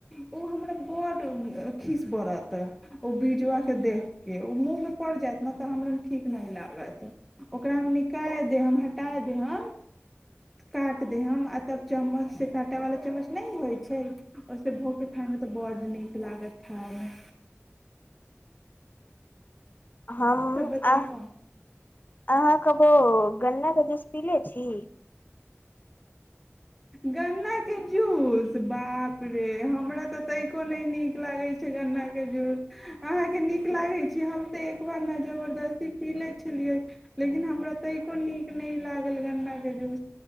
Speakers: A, in the centre; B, on the left (about 40°).
A: ओ हमरा बड़ खीस पड़त ओ बजबके देखके ओ मुँहमे पड़ि जायत ने तऽ हमरा ठीक नहि लागत ओकरा हम निकालि देब हटा देब आ काटि देब आ तब चम्मच से काँटा वालला चम्मच न होइ छै छै स भोगे खााय में तऽ बड्ड नीक क लागत हमे
B: हम अ
A: बतैयौ
B: अहाँ कहबौ गन्न जुस पीले छी
A: गन्नाके जूस बाप रे हमरा तऽ तइिको नहि नीक लागैत छै गन्नाके जूस अहाँके नीक लागैत छै हम तऽ एकबार ने जबरदस्ती पी लैत छलियै लेकिन हमरा तैको नीक नहि लागल गन्नाके जूस